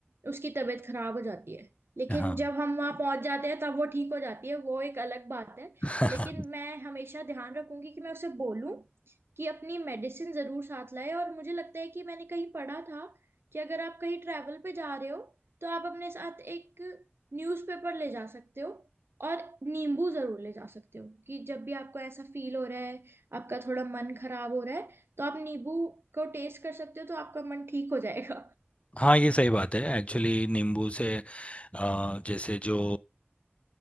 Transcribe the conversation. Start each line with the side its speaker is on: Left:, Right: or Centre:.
Right: उसकी तबीयत खराब हो जाती है लेकिन
Left: हाँ
Right: जब हम वहां पहुंच जाते हैं तब वो ठीक हो जाती है वो एक अलग बात है
Left: <laughs>
Right: लेकिन मैं हमेशा ध्यान रखूंगी कि मैं उसे बोलूं कि अपनी मेडिसिन जरूर साथ लाए और मुझे लगता है कि मैंने कहीं पढ़ा था कि अगर आप कहीं ट्रैवल पे जा रहे हो तो आप अपने साथ एक न्यूज़पेपर ले जा सकते हो और नींबू जरूर ले जा सकते हो कि जब भी आपको ऐसा फील हो रहा है आपका थोड़ा मन खराब हो रहा है तो आप नींबू को टेस्ट कर सकते हो तो आपका मन ठीक हो जाएगा
Left: हाँ ये सही बात है एक्चुअली नींबू से अ, जैसे जो